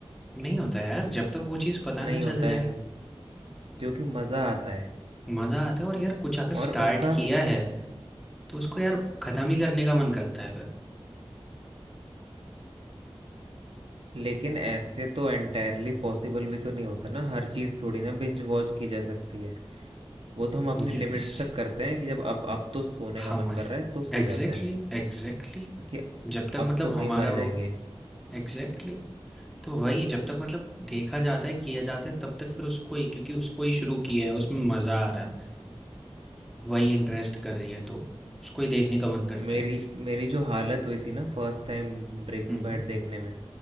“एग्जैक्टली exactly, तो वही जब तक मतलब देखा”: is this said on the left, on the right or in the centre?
Centre